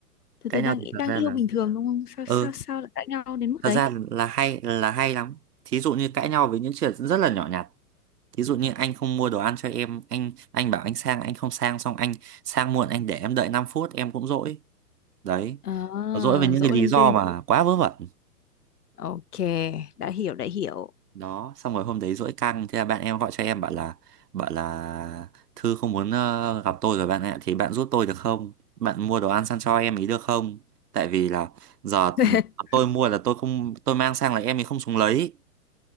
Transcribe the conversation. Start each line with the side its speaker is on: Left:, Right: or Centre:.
Left: từ
Right: cãi
Left: từ đang
Right: nhau thì thật
Left: đang
Right: ra
Left: yêu
Right: là
Left: bình thường đúng không sao
Right: ừ
Left: sao sao lại cãi nhau đến mức
Right: thật
Left: đấy
Right: ra là hay là hay lắm thí dụ như cãi nhau với những chuyện rất là nhỏ nhặt thí dụ như anh không mua đồ ăn cho em anh anh bảo anh sang anh không sang xong anh sang muộn anh để em đợi 5 phút em cũng dỗi đấy
Left: À,
Right: Nó dỗi với những
Left: dỗ
Right: cái lý
Left: linh
Right: do
Left: tinh.
Right: mà quá vớ vẩn
Left: Ok, đã hiểu, đã hiểu.
Right: đó xong rồi hôm đấy dỗi căng thế là bạn em gọi cho em bảo là bảo là Thư không muốn ờ, gặp tôi rồi bạn ạ thì bạn giúp tôi được không bạn mua đồ ăn sang cho em ý được không tại vì là giờ
Left: <laughs>
Right: tôi mua là tôi không tôi mang sang là em ấy không xuống lấy